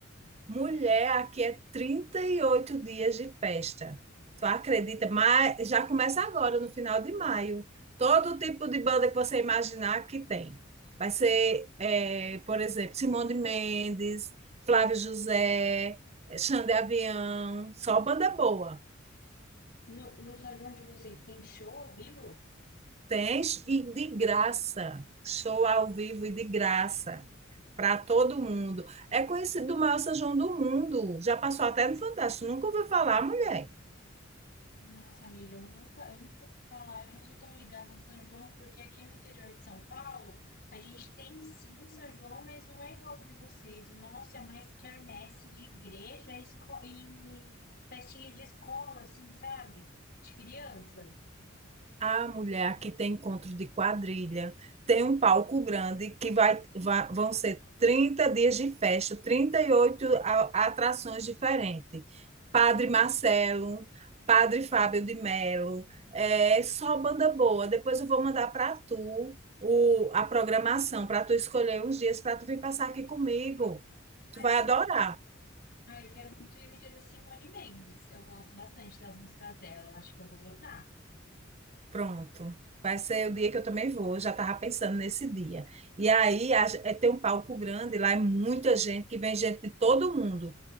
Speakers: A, on the right; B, on the left.
A: Mulher, aqui é 38 dias de festa. Tu acredita? Mas já começa agora, no final de maio. Todo tipo de banda que você imaginar que tem. Vai ser, eh, por exemplo, Simone Mendes, Flávio José, Xande Avião, só banda boa.
B: No, no São João de vocês tem show ao vivo?
A: Tem e de graça. Show ao vivo e de graça. Para todo mundo. É conhecido o maior São João do mundo. Já passou até no Fantástico. Nunca ouviu falar, mulher.
B: Nossa, amiga, eu nunca, eu nunca ouvi falar. Eu não sou tão ligada em São João, porque aqui no interior de São Paulo, a gente tem sim São João, mas não é igual o de vocês. O nosso é mais quermesse de igreja esco- e festinha de escola, assim, sabe? De criança.
A: A mulher aqui tem encontro de quadrilha, tem um palco grande que vai, va- vão ser 30 dias de festa, 38 a- atrações diferentes. Padre Marcelo, Padre Fábio de Melo, é só banda boa. Depois eu vou mandar para tu o, a programação, para tu escolher uns dias para tu vir passar aqui comigo.
B: Ai,
A: Tu vai adorar.
B: Ah, eu quero muito ir no dia da Simone Mendes. Eu gosto bastante das músicas dela. Eu acho que eu vou gostar.
A: Pronto. Vai ser o dia que eu também vou. Eu já estava pensando nesse dia. E aí a- ge- é, tem um palco grande, lá é muita gente, que vem gente de todo mundo.